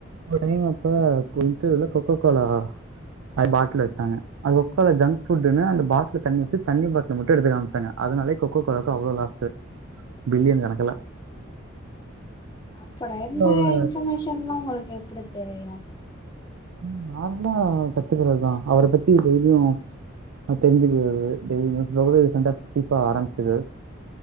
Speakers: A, on the right; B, on the left.
A: ஒரு டைம் அப்ப <unintelligible> கொக்க கோலா அது பாட்டில்ல வச்சாங்க அது கொக்ககோலா ஜங்க் ஃபுட்ன்னு அந்த பாட்டிலு தண்ணி வச்சு தண்ணி பாட்டில மட்டு எடுத்து காமிச்சுட்டாங்க அதுனாலயே கொக்க கோலாவுக்கு அவ்வளோ லாஸ்ஸு பில்லியன் கணக்குல
B: அப்பட இந்த
A: அவர
B: இன்ஃபர்மேஷன் லா உங்களுக்கு எப்டி தெரியு
A: ம் நார்மலா கத்துக்கறதுதா அவ்ர பத்தி டெய்லியு ஆ தெரிஞ்சிது அது டெய்லி நியூஸ்ல <unintelligible> ரீசண்டா ஃபிஃபா ஆரம்பச்சுது